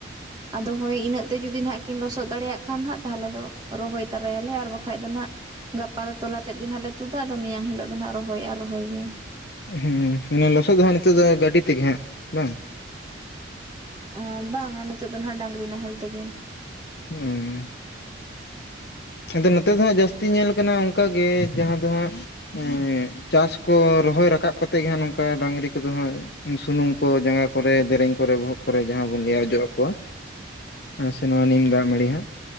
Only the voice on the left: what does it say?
ᱦᱩᱸ
ᱦᱩᱸ ᱢᱟᱱᱮ ᱞᱚᱥᱚᱫ ᱫᱚ ᱦᱟᱸᱜ ᱱᱤᱛᱚᱜ ᱫᱚ ᱜᱟᱹᱰᱤ ᱛᱮᱜᱮ ᱦᱟᱸᱜ ᱵᱟᱝ᱾
ᱦᱮᱸ ᱟᱫᱚ ᱱᱚᱛᱮ ᱫᱚ ᱦᱟᱸᱜ ᱡᱟᱹᱥᱛᱤ ᱧᱮᱞ ᱠᱟᱱᱟ ᱚᱱᱠᱟᱜ ᱜᱮ ᱡᱟᱦᱟᱸ ᱫᱚ ᱦᱟᱸᱜ, ᱮ ᱪᱟᱥ ᱠᱚ ᱨᱚᱦᱚᱭ ᱨᱟᱠᱟᱵ ᱠᱟᱛᱮᱜ ᱜᱮ ᱦᱟᱸᱜ ᱱᱚᱝᱠᱟ ᱰᱟᱝᱨᱤ ᱠᱚᱫᱚ ᱦᱟᱸᱜ, ᱥᱩᱱᱩᱢ ᱠᱚ ᱡᱟᱸᱜᱟ ᱠᱚᱨᱮ ᱫᱮᱨᱮᱧ ᱠᱚᱨᱮ ᱵᱚᱦᱚᱜ ᱠᱚᱨᱮ ᱡᱟᱦᱟᱸ ᱵᱚᱱ ᱞᱮᱭᱟ ᱚᱡᱚᱜ ᱟᱠᱚᱣᱟ᱾ ᱦᱮᱸ ᱥᱮ ᱱᱚᱣᱟ ᱱᱤᱢ ᱫᱟᱜ ᱢᱟᱹᱲᱤ ᱦᱟᱸᱜ